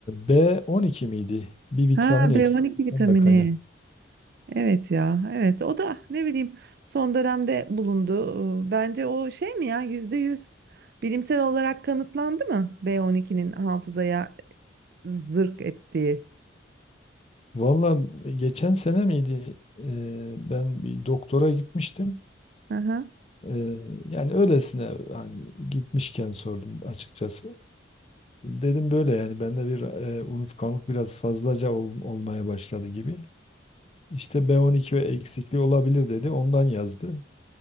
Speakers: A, on the left; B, on the right.
A: B12 miydi? Bir vitamin
B: Ha
A: eksikliğinden
B: B12 vitamini.
A: de kaynak.
B: Evet ya, evet. O da ne bileyim son dönemde bulundu. Ee, Bence o şey mi ya yüzde yüz bilimsel olarak kanıtlandı mı B12'nin hafızaya zırk ettiği?
A: Valla geçen sene miydi? E, ben bir doktora gitmiştim.
B: Hı hı.
A: Ee, yani öylesine hani gitmişken sordum açıkçası. Dedim böyle yani bende bir e, unutkanlık biraz fazlaca ol- olmaya başladı gibi. İşte B12 eksikliği olabilir dedi. Ondan yazdı.